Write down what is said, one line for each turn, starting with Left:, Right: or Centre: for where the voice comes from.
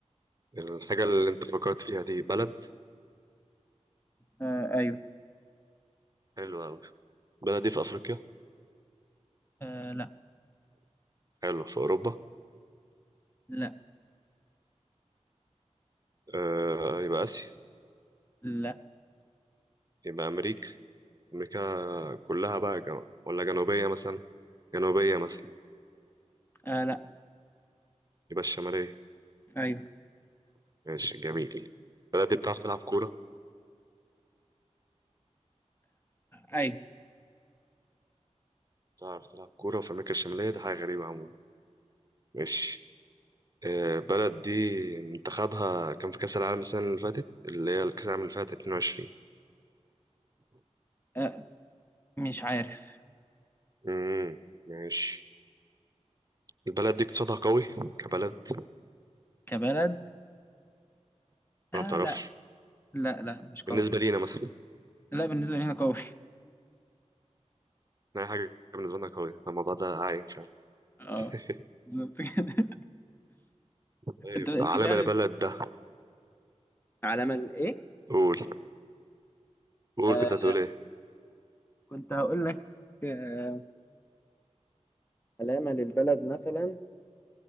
Right: يلا الحاجة اللي انت فكرت فيها دي بلد
Left: آه ايوه
Right: حلوة أوي البلد دي في أفريقيا
Left: آه لا
Right: حلو في أوروبا
Left: لا
Right: آه يبقى آسيا
Left: لا
Right: يبقى أمريكا أمريكا كلها بقى جم... ولا جنوبية مثلا جنوبية مثلا
Left: آه لا
Right: يبقى الشمالية
Left: ايوه
Right: ماشي جميل البلد دي بتعرف تلعب كورة
Left: ايوه
Right: بتعرف تلعب كورة في أمريكا الشمالية دي حاجة غريبة عموما ماشي آه، البلد دي منتخبها كان في كأس العالم السنة اللي فاتت اللي هي الكأس العالم اللي فاتت 22
Left: آه مش عارف
Right: امم ماشي البلد دي اقتصادها قوي كبلد ولا
Left: كبلد
Right: ما
Left: آه
Right: بتعرفش
Left: لا لا لا مش قوي
Right: بالنسبة لينا مثلا
Left: لا بالنسبة لي هنا قوي
Right: أي حاجة بالنسبة لنا قوية الموضوع ده عايم فعلا
Left: <laughs> اه
Right: <laughs>
Left: بالظبط كده <laughs>
Right: طيب
Left: انت انت
Right: علم
Left: فعلا
Right: البلد ده
Left: علامة ايه
Right: قول قول
Left: آه
Right: كنت هتقول إيه؟
Left: كنت هقول لك آه، علامة للبلد مثلا